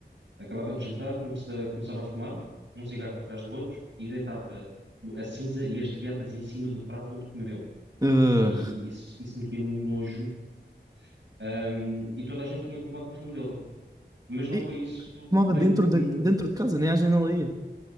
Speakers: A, on the right; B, on the right.
A: Acabava de jantar, come- uh, começava a fumar, um cigarro atrás do outro, e deitava o- a cinza e as beatas em cima do prato onde comeu.
B: Uh,
A: Que aí isso, isso metia-me um nojo, um, e toda a gente tinha que levar com o fumo dele. Mas não
B: e
A: foi isso
B: fumava
A: bem
B: dentro
A: que. que-
B: de, dentro de casa, nem à janela ia.